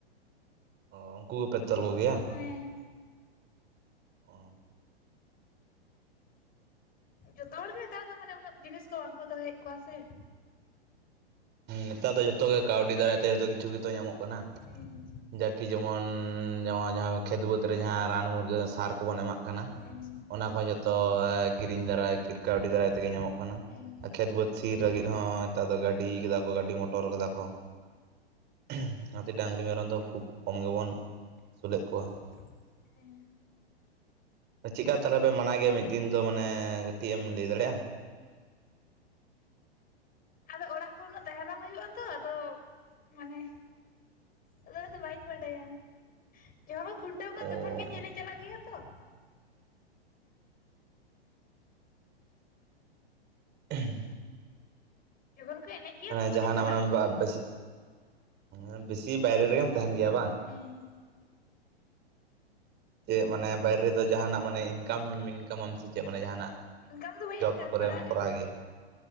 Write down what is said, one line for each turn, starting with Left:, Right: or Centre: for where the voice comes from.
Right: ᱚ ᱩᱱᱠᱩ ᱠᱚ ᱜᱮᱯᱮ ᱛᱚᱞ ᱠᱚᱜᱮᱭᱟ?
Left: ᱦᱮᱸ
Right: ᱚ
Left: ᱡᱚᱛᱚ ᱦᱚᱲᱜᱮ ᱱᱮᱛᱟᱨ ᱫᱚ ᱢᱟᱱᱮ ᱩᱱᱟᱹᱜ ᱡᱤᱱᱤᱥ ᱠᱚ ᱵᱟᱝᱠᱚ ᱫᱚᱦᱚᱭᱮᱜ ᱠᱚᱣᱟ ᱥᱮ ᱾
Right: ᱱᱮᱛᱟᱨ ᱫᱚ ᱡᱚᱛᱚ ᱜᱮ ᱠᱟᱹᱣᱰᱤ ᱫᱟᱨᱟᱭ ᱛᱮ ᱡᱷᱚᱛᱚ ᱠᱤᱪᱷᱩ ᱜᱮᱛᱚ ᱧᱟᱢᱚᱜ ᱠᱟᱱᱟ ᱾
Left: ᱦᱩᱸᱦ ᱾
Right: ᱡᱟᱠᱤ ᱡᱮᱢᱚᱱ-ᱱ ᱱᱚᱣᱟ ᱡᱟᱦᱟᱸ ᱠᱷᱮᱛ ᱵᱟᱹᱫᱽ ᱡᱟᱦᱟᱸ ᱨᱟᱱ ᱢᱩᱨᱜᱟᱹᱱ ᱥᱟᱨ ᱠᱚᱵᱚᱱ ᱮᱢᱟᱜ, ᱠᱟᱱᱟ
Left: ᱦᱮᱸ
Right: ᱚᱱᱟ ᱠᱚ ᱡᱚᱛᱚ ᱠᱤᱨᱤᱧ ᱫᱟᱨᱟᱭ ᱠᱤᱴ ᱠᱟᱹᱣᱰᱤ ᱫᱟᱨᱟᱭ ᱛᱮᱜᱮ ᱧᱟᱢᱚᱜ ᱠᱟᱱᱟ,
Left: ᱦᱮᱸ
Right: ᱠᱷᱮᱛ ᱵᱟᱹᱫᱽ ᱥᱤ ᱞᱟᱹᱜᱤᱫ ᱦᱚᱸ ᱱᱮᱛᱟᱨ ᱫᱚ ᱜᱟᱹᱰᱤ ᱠᱟᱫᱟ ᱠᱚ ᱜᱟᱹᱰᱤ ᱢᱚᱴᱚᱨ ᱠᱟᱫᱟ ᱠᱚ ᱾ ᱷᱩᱸᱦ ᱚᱱᱟᱛᱮ ᱰᱟᱝᱨᱤ ᱢᱮᱨᱚᱢ ᱫᱚ ᱠᱷᱩᱵᱽ ᱠᱚᱢ ᱜᱮᱵᱚᱱ ᱟᱹᱥᱩᱞᱮᱜ ᱠᱚᱣᱟ ᱾
Left: ᱴᱷᱚᱜ ᱦᱮᱸ
Right: ᱪᱮᱠᱟ ᱛᱟᱛᱦᱮ ᱯᱮ ᱢᱟᱱᱟᱣ ᱜᱮᱭᱟ ᱢᱤᱫ ᱫᱤᱱ ᱫᱚ ᱢᱟᱱᱮ ᱠᱟᱹᱴᱤᱡ ᱮᱢ ᱞᱟᱹᱭ ᱫᱟᱲᱮᱭᱟᱜᱼᱟ?
Left: ᱟᱫᱚ ᱚᱲᱟᱜ ᱠᱚ ᱩᱱᱟᱹᱜ ᱛᱟᱦᱮᱸ ᱵᱟᱝ ᱦᱳᱭᱳᱜ ᱟᱛᱚ ᱟᱫᱚ ᱢᱟᱱᱮ ᱟᱫᱚ ᱩᱱᱟᱹᱜ ᱫᱚ ᱵᱟᱹᱧ ᱵᱟᱰᱟᱭᱟ᱾ ᱡᱚᱠᱷᱚᱱ ᱠᱚ ᱠᱷᱩᱱᱴᱟᱹᱣ ᱠᱚᱣᱟ
Right: ᱚ
Left: ᱛᱚᱠᱷᱚᱱ ᱜᱮ ᱧᱮᱞ ᱤᱧ ᱪᱟᱞᱟᱜ ᱜᱮᱭᱟ ᱛᱚ ᱾
Right: ᱷᱩᱦ ᱾
Left: ᱡᱚᱠᱷᱚᱱ ᱠᱚ ᱮᱱᱮᱡ ᱜᱮᱭᱟ
Right: ᱢᱟᱱᱮ
Left: ᱛᱚᱠᱷᱚᱱᱤᱧ
Right: ᱡᱟᱦᱟᱱᱟᱜ
Left: ᱪᱟᱞᱟᱜᱼᱟ
Right: ᱢᱟᱱᱮ ᱟᱯᱮ ᱥᱤᱜ ᱚᱸ ᱵᱤᱥᱤ ᱵᱟᱭᱨᱮᱹ ᱨᱮᱜᱮᱢ ᱛᱟᱦᱮᱱ ᱜᱮᱭᱟ ᱵᱟᱝ?
Left: ᱦᱮᱸ
Right: ᱪᱮᱜ ᱢᱟᱱᱮ ᱵᱟᱭᱨᱮᱹ ᱨᱮᱫᱚ ᱡᱟᱦᱟᱱᱟᱜ ᱢᱟᱱᱮ ᱤᱱᱠᱟᱢ ᱢᱤᱱᱠᱟᱢᱟᱢ ᱥᱮ ᱪᱮᱜ ᱢᱟᱱᱮ ᱡᱟᱦᱟᱱᱟᱜ?
Left: ᱤᱱᱠᱟᱢ ᱫᱚ ᱵᱟᱹᱧ
Right: ᱡᱚᱵᱽ
Left: ᱤᱱᱠᱟᱢ
Right: ᱠᱚᱨᱮᱢ
Left: ᱯᱟᱲᱦᱟᱜ ᱟᱹᱧ
Right: ᱠᱚᱨᱟᱣ ᱜᱮᱭᱟ?